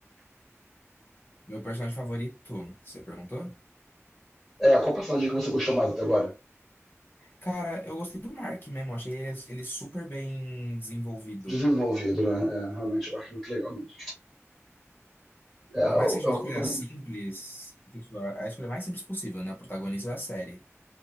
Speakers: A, on the left (about 40°); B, in the centre.
A: meu personagem favorito, você perguntou?
B: É, qual personagem que você gostou mais até agora?
A: Cara, eu gostei do Mark mesmo, achei ele, ele super bem desenvolvido.
B: Desenvolvido, né? É, realmente, eu acho muito legal mesmo. É, eu,
A: Por mais que seja
B: eu
A: uma escolha
B: tô...
A: simples, tipo, a a escolha mais simples possível, né? O protagonista da série.